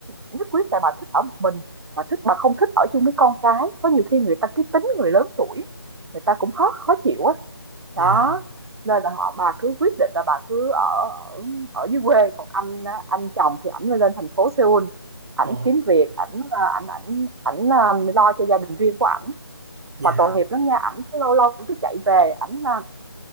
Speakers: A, on the right (about 80°); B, on the right (about 45°).
A: nhất quyết tại bà thích ở một mình bà thích bà không thích ở chung với con cái có nhiều khi người ta cái tính người lớn tuổi người ta cũng khó khó chịu á
B: dạ
A: đó nên là họ bà cứ quyết định là bà cứ ở ở ở dưới quê còn anh á, anh chồng thì ảnh lên thành phố Seoul ảnh
B: ồ
A: kiếm việc ảnh ờ, ảnh ảnh ảnh ờ, lo cho gia đình riêng của ảnh
B: dạ
A: mà tội nghiệp lắm nha ảnh cứ lâu lâu ảnh cứ chạy về ảnh ờ,